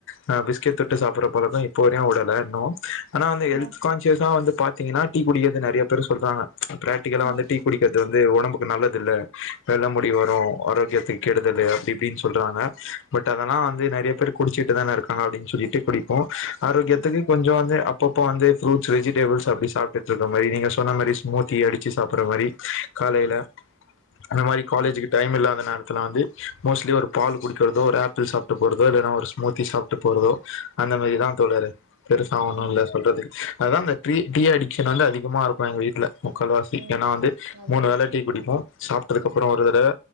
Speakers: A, on the left; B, on the right.
A: நா பிஸ்கெட் தொட்டு சாப்புற பழக்கோ இப்போ வரையு உடல இன்னு ஆனா வந்து ஹெல்த்கான்சியஸா
B: ம்
A: வந்து பாத் பாத்தீங்ன்கனா டீ குடிக்கிறத நறையா பேர் சொல்றாங்க பிராக்டிகலா வந்து
B: ம்
A: டீ குடிக்கிறது வந்து ஒடம்புக்கு நல்லது இல்ல வெள்ள முடி வரும் ஆரோகியதுக்கு கெடுதலு அப்டி இப்படின்னு சொல்றாங்க பட் அதெலாம் வந்து நெறைய பேர் குடிசுட்டுதானே இருகாங்க அப்டின்னு சொல்லிட்டு குடிப்போம் ஆரோகியதுக்கு
B: ம்
A: கொஞ்சம் அப்பபந்து ப்ரூட்ஸ் வெஜிடேபுள்ஸ் அப்டி சாப்ட்டுஇருக்குற மாரி நீங்க சொன்னா மாரி ஸ்முதி அடி ச்சு சாப்ற மாரி காலைல அந்த மாரி காலேஜ்க்கு
B: ம்
A: டைம் இல்ல நேர கலாந்து மோஸ்லி ஒரு பால் குடு த்தோ ஒரு ஆபிள் சாப்ட்டு போறதோ இல்லனா ஒரு ஸ்முதி சாப்ட்டு போறதோ அந்த மாரிதான்
B: ம்
A: தோழர் பெரு ஒன்னும்
B: ம்
A: இல்ல ல சொல்றதுக்கு அதான் அந்த டீ டீ அடிக்ஷன் வந்து அதிகமா இருகும் எங்க வீட்ல முகால்வாசி
B: ம்
A: ஏனா வந்து
B: அதா
A: மூணு வேல டீ குடிப்போம் சாப்டதுக்கு அப்புறோம் ஒரு தடவ